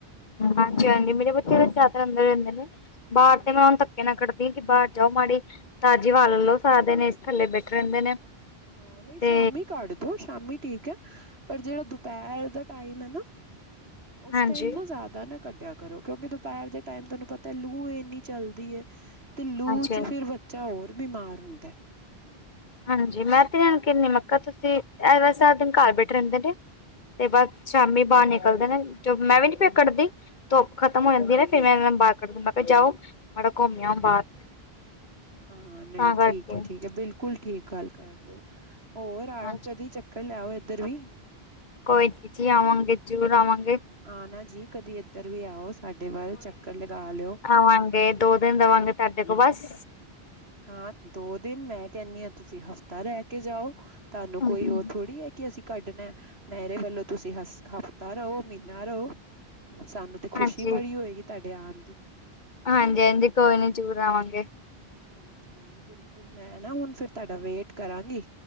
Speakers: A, on the left; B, on the right.
A: ਹਾਂਜੀ- ਹਾਂਜੀ। ਮੇਰੇ ਬੱਚੇ ਜਿਆਦਾ ਅੰ ਦਰ ਰਹਿੰਦੇ ਨੇ। ਬਾਹਰ
B: ਹਮ
A: ਤੇ ਮੈਂ ਹੁਣ ਤੱਕ ਮੈਂ ਕੱਢਦੀ ਕੀ ਬਾਹਰ ਜਾਓ ਮਾੜੀ। ਤਾਜ਼ੀ ਹਵਾ ਲ ਲਓ ਸਾਰਾ ਦਿਨ ਏਸੀ ਥੱਲੇ ਬੈਠੇ ਰਹਿੰਦੇ ਨੇ।
B: ਹਾਂ, ਨਹੀਂ
A: ਤੇ
B: ਸ਼ਾਮੀ ਕੱਢ ਦਿਓ ਸ਼ਾਮੀ ਠੀਕ ਹੈ। ਪਰ ਜਿਹੜਾ ਦੁਪਹਿਰ ਦਾ ਟਾਈਮ ਹੈ, ਨਾ ਉਸ
A: ਹਾਂਜੀ।
B: ਟਾਈਮ ਨਾ ਜ਼ਿਆਦਾ ੱਦਾਂ ਨਾ ਕੱਢਿਆ ਕਰੋ, ਕਿਉਂਕਿ ਦੁਪਹਿਰ ਦੇ ਟਾਈਮ ਤੁਹਾਨੂੰ ਪਤਾ ਲੂ ਇੰਨੀ ਚੱਲਦੀ ਹੈ। ਤੇ ਲੂ
A: ਅੱਛਾ।
B: ਵਿਚ, ਫੇਰ ਬੱਚਾ ਹੋਰ ਬਿਮਾਰ ਹੁੰਦਾ।
A: ਹਾਂਜੀ, ਮੈਂ ਤੇ ਐ ਨ ਕਿਨੀ ਮੱ ਕ ਤੁਸੀਂ ਐਵੇ ਸਾਰਾ ਦਿਨ ਘਰ ਬੈਠੇ ਰਹਿੰਦੇ ਨੇ। ਤੇ ਬਸ ਸ਼ਾਮੀ ਬਾਹਰ ਨਿਕਲਦੇ ਨੇ। ਜੋ ਮੈਂ ਵੀ ਨੀ ਫੇਰ ਕਢਦੀ, ਧੁੱਪ ਖਤਮ ਹੋ ਜਾਂਦੀ ਐ। ਫੇਰ ਮੈਂ ਇਹਨਾਂ ਨੂੰ ਬਾਹਰ ਕੱ ਦ ਮ ਕਿਹਾ ਜਾਓ ਮਾੜਾ ਘੁੰਮਿਆ ਬਾਹਰ।
B: ਹਾਂ, ਨਹੀਂ
A: ਤਾਂ ਕਰਕੇ
B: ਠੀਕ ਹੈ- ਠੀਕ ਹੈ ਬਿਲਕੁਲ ਠੀਕ ਗੱਲ ਕਰ ਰਹੇ ਹੋ। ਹੋਰ ਆਇਓ
A: ਹਾਂਜੀ
B: ਕਦੀ ਚੱਕਰ ਲਿਆਓ ਇੱਧਰ ਵੀ।
A: ਕੋਈ ਨੀ ਜੀ ਆਵਾਂਗੇ, ਜ਼ਰੂਰ ਆਵਾਂਗੇ।
B: ਆ ਨਾ ਜੀ, ਕਦੀ ਇੱਧਰ ਵੀ ਆਓ। ਸਾਡੇ ਵੱਲ ਚੱਕਰ ਲਗਾ ਲਿਓ।
A: ਖਵਾਂਗੇ। ਦੋ ਦਿਨ ਰਵਾਂਗੇ ਤੁਹਾਡੇ ਕੋਲ ਬਸ।
B: ਹਾਂ, ਦੋ ਦਿਨ। ਮੈਂ ਕਹਿੰਦੀ ਹਾਂ ਤੁਸੀਂ ਹਫ਼ਤਾ ਰਹਿ ਕੇ ਜਾਓ। ਤੁਹਾਨੂੰ
A: ਹੂੰ।
B: ਕੋਈ ਉਹ ਥੋੜੀ ਹੈ, ਕਿ ਅਸੀਂ ਕੱਢਣਾ ਮੇਰੇ ਵੱਲੋਂ ਤੁਸੀਂ ਹਫ ਤਾ ਰਹੋ, ਮਹੀਨਾ ਰਹੋ, ਸਾਨੂੰ ਤੇ ਖੁਸ਼ੀ
A: ਹਾਂਜੀ,
B: ਬੜੀ ਹੋਏਗੀ ਤੁਹਾਡੇ ਆਉਣ ਦੀ।
A: ਹਾਂਜੀ- ਹਾਜੀ, ਕੋਈ ਨੀ ਜਰੂਰ ਆਵਾਂਗੇ।
B: ਹਾਂਜੀ -ਹਾਂਜੀ, ਬਿਲਕੁਲ ਮੈਂ ਨਾ ਹੁਣ ਫੇਰ ਤੁਹਾਡਾ ਵੇਟ ਕਰਾਂਗੀ।